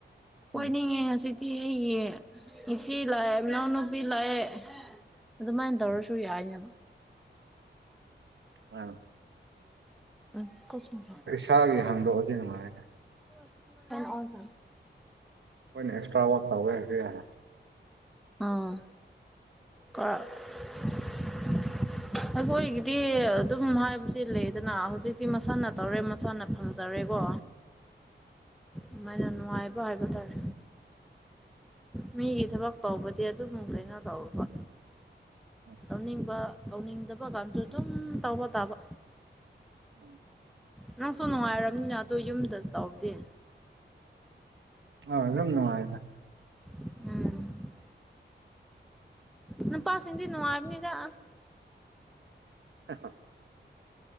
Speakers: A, in the centre; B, on the right (about 70°).
A: ꯀꯣꯏꯅꯤꯡꯉꯦ
B: ꯎꯝ
A: ꯉꯁꯤꯗꯤ ꯑꯩꯒꯤ ꯏꯆꯦ ꯂꯥꯛꯑꯦ ꯏꯅꯥꯎꯅꯨꯄꯤ ꯂꯥꯛꯑꯦ ꯑꯗꯨꯃꯥꯏꯅ ꯇꯧꯔꯁꯨ
B: ꯎꯝ
A: ꯌꯥꯏꯅ
B: ꯑ <unintelligible>
A: ꯑ ꯀꯁꯨꯝ <unintelligible>
B: ꯏꯁꯥꯒꯤ ꯍꯥꯡꯗꯣꯛꯑꯗꯤ ꯅꯨꯡꯉꯥꯏꯅꯤ
A: <unintelligible>
B: ꯑꯩꯅ ꯑꯦꯛꯁꯇ꯭ꯔ ꯋꯥꯛ ꯇꯧꯒꯦ ꯍꯥꯏꯔꯁꯨ ꯌꯥꯔꯦ
A: ꯑꯥ ꯀꯔ <unintelligible> ꯑꯩꯈꯣꯏꯒꯤꯗꯤ ꯑꯗꯨꯝ ꯍꯥꯏꯕꯁꯦ ꯂꯩꯗꯅ ꯍꯧꯖꯤꯛꯇꯤ ꯃꯁꯥꯅ ꯇꯧꯔꯦ ꯃꯁꯥꯅ ꯐꯪꯖꯔꯦꯀꯣ ꯑꯗꯨꯃꯥꯏꯅ ꯅꯨꯡꯉꯥꯏꯕ ꯍꯥꯏꯕ ꯇꯥꯔꯦ ꯃꯤꯒꯤ ꯊꯕꯛ ꯇꯧꯕꯗꯤ ꯑꯗꯨꯝ ꯀꯩꯅꯣ ꯇꯧꯕ
B: ꯎꯝ <unintelligible>
A: ꯇꯧꯅꯤꯡꯕ ꯇꯧꯅꯤꯡꯗꯕ ꯒꯗꯣ ꯑꯗꯨꯝ ꯇꯧꯕ ꯇꯥꯕ
B: ꯎꯝ
A: ꯅꯪꯁꯨ ꯅꯨꯡꯉꯥꯏꯔꯝꯅꯤꯅ ꯑꯗꯨ ꯌꯨꯝꯗ ꯇꯧꯕꯗꯤ
B: ꯑꯧ ꯑꯗꯨꯝ ꯅꯨꯡꯉꯥꯏꯗ
A: ꯎꯝ ꯅꯨꯄꯥꯁꯤꯡꯗꯤ ꯅꯨꯡꯉꯥꯢꯕꯅꯤꯗ ꯑꯁ
B: ꯍꯥ ꯍꯥ